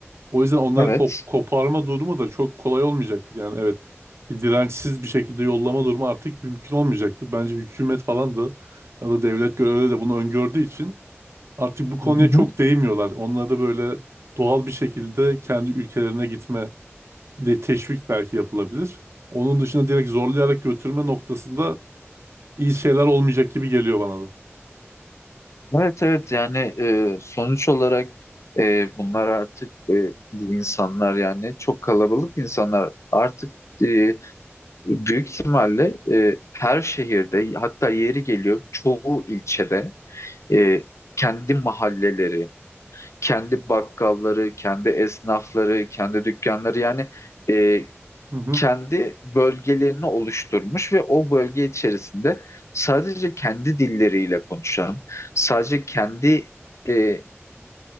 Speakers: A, on the right; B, on the left.
A: O yüzden onları
B: Evet.
A: kop- koparma durumu da çok kolay olmayacaktır. Yani evet bir dirençsiz bir şekilde yollama durumu artık mümkün olmayacaktır. Bence hükümet falan da ya da devlet görevleri de bunu öngördüğü için Artık bu konuya
B: Hı
A: çok
B: hı.
A: değmiyorlar. Onları böyle doğal bir şekilde kendi ülkelerine gitme de teşvik belki yapılabilir. Onun dışında direkt zorlayarak götürme noktasında iyi şeyler olmayacak gibi geliyor bana da.
B: Evet evet yani e, sonuç olarak e, bunlar artık e, bu insanlar yani çok kalabalık insanlar artık e, büyük ihtimalle e, her şehirde hatta yeri geliyor çoğu ilçede e, kendi mahalleleri kendi bakkalları, kendi esnafları, kendi dükkanları yani e,
A: Hı hı.
B: kendi bölgelerini oluşturmuş ve o bölge içerisinde sadece kendi dilleriyle konuşan, sadece kendi e,